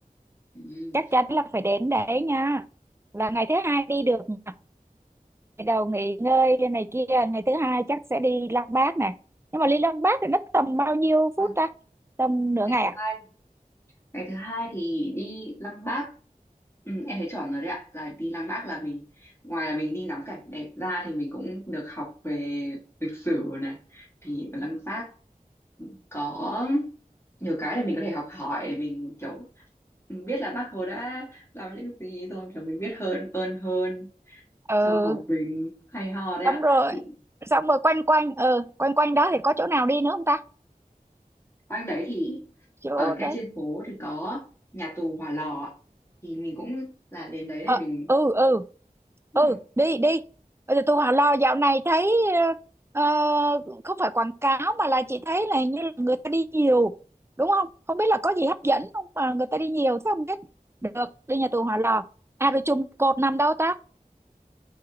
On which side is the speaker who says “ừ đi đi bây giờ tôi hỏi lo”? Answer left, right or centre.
Right